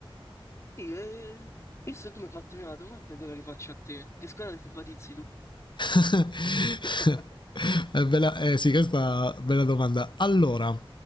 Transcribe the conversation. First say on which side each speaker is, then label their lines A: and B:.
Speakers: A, on the left; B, on the left.
A: Sì, e... Visto che tu mi hai fatto prima la domanda, te la rifaccio a te. Che squadra ti simpatizzi tu?
B: <laughs>
A: <laughs>
B: Eh, bella, eh, sì, questa è una bella domanda. Allora,